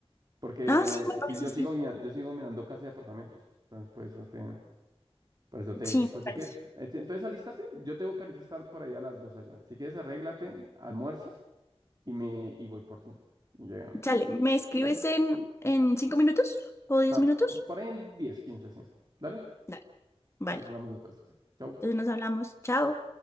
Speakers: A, on the right (about 40°); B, on the left (about 25°).
A: porque
B: Ah, sí, me parece,
A: si yo
B: sí.
A: sigo mira- yo sigo mirando casas y apartamentos, entonces por eso te, por eso te
B: Sí,
A: digo,
B: me
A: pues
B: parece.
A: si quieres, Et- entonces alístate. Yo tengo que ahorita estar por ahí a las dos allá. Si quieres arréglate, almuerza. y me y voy por ti. Y llega,
B: Chale,
A: y-
B: ¿me escribes
A: ¿dale?
B: en, en cinco minutos o diez
A: No,
B: minutos?
A: p- por ahí en 10 15 sí. Dale,
B: Dale. Vale,
A: pues hablamos después. Chau.
B: entonces nos hablamos. Chao.